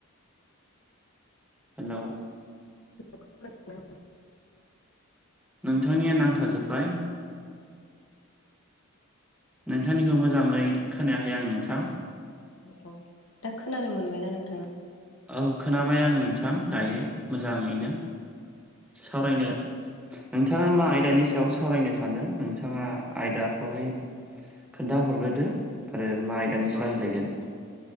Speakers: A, in the centre; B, on the left.
A: हेलौ
B: <unintelligible>
A: नोंथांनिया नांथाजोब्बाय नोंथांनिखौ मोजाङै खोनायाखै आं नोंथां
B: औ दा खोनानो मोनबायना नोंथां
A: औ खोनाबाय आङो नोंथां दायो मोजाङैनो सावरायनो नोंथाङा मा आयदानि सायाव सावरायनो सानदों नोंथाङा आयदाखौहाय खोन्थ हरग्रोदो आरो मा आयदानि सायाव रायज्लायगोन